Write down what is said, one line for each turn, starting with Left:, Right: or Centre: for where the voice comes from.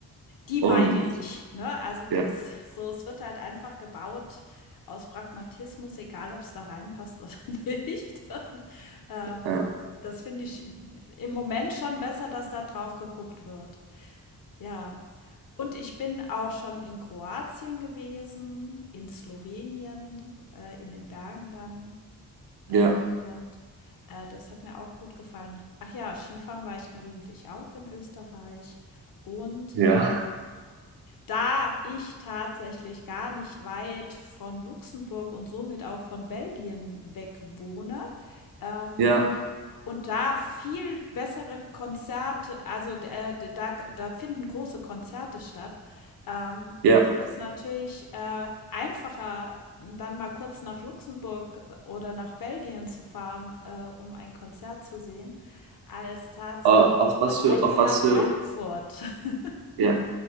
Left: Die meine
Right: und
Left: ich, ne? Also, dies
Right: ja,
Left: so es wird halt einfach gebaut aus Pragmatismus, egal ob es da reinpasst oder <laughs> nicht. Und, ähm,
Right: äh,
Left: das finde ich im Moment schon besser, dass da drauf geguckt wird. Ja. Und ich bin auch schon in Kroatien gewesen, in Slowenien, äh, in den Bergen dann,
Right: ja.
Left: äh, und, äh, das hat mir auch gut gefallen. Ach ja, Skifahren war ich gelegentlich auch in Österreich und
Right: Ja,
Left: da ich tatsächlich gar nicht weit von Luxemburg und somit auch von Belgien weg wohne, ähm,
Right: ja,
Left: und da viel bessere Konzerte also, äh, da da finden große Konzerte statt, ähm,
Right: ja.
Left: ist es natürlich, äh, einfacher, dann mal kurz nach Luxemburg äh, oder nach Belgien zu fahren, äh, um ein Konzert zu sehen, als tatsächlich
Right: Äh, Auf
Left: zum
Right: was
Left: Beispiel
Right: für, auf was
Left: nach Frankfurt.
Right: für,
Left: <laughs>
Right: ja,